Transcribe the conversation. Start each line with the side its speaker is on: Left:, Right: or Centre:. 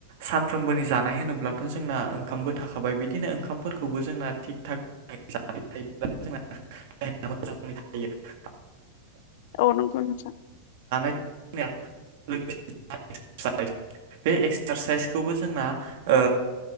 Right: सानफ्रोमबोनि जानाय होनोब्लाथ' जोंना ओंखामबो थाखाबाय बिदिनो ओंखामफोरखौबो जोंना थिग-थाग जाबाय थायोब्ला जोंना देहाया मोजाङै थायो
Left: औ नंगौ नोंथां
Right: <unintelligible> बे एक्सारसाइसखौबो जोंना ओ